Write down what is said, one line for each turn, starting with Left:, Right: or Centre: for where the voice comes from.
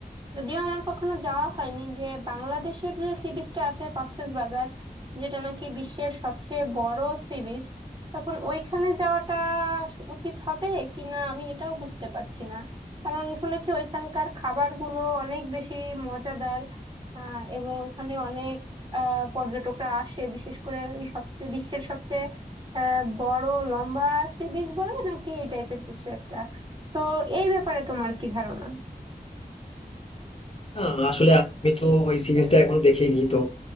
Right: যদিও আমার কখনো যাওয়া হয়নি যে বাংলাদেশের যে সি বিচটা আছে কক্সবাজার যেটা নাকি বিশ্বের সবচেয়ে বড় সি বিচ তখন ওইখানে যাওয়াটা স- উচিত হবে কি না আমি এটাও বুঝতে পারছি না কারণ শুনেছি ওইখানকার খাবারগুলো অনেক বেশি মজাদার আহ এবং ওইখানে অনেক আহ পর্যটকরা আসে বিশেষ করে ওই সবচেয়ে বিশ্বের সবচেয়ে আহ বড় লম্বা সি বিচ বলে নাকি এই টাইপের কিছু একটা তো এই ব্যাপারে তোমার কি ধারণা
Left: না আসলে আমি তো ওই সি বিচটা এখনো দেখিনি তো